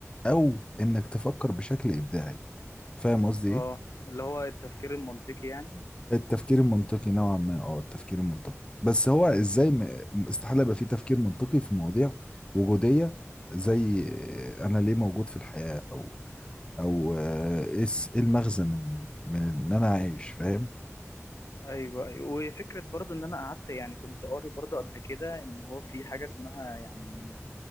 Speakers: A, on the left; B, on the left.
A: او انك تفكر بشكل ابداعي فاهم قصدي
B: اه
A: ايه
B: اللي هو التفكير المنطقي يعني
A: التفكير المنطقي نوعا ما اه التفكير المنطقي بس هو ازاي م... استحالة يبقى فيه تفكير منطقي في مواضيع وجودية زي انا ليه موجود في الحياة او او آه، ايه الس- إيه المغزى من من ان انا عايش فاهم
B: ايوه ايوه وفكره برضو ان انا قعدت يعني كنت قاري برضو قبل كده ان هو في حاجه اسمها يعني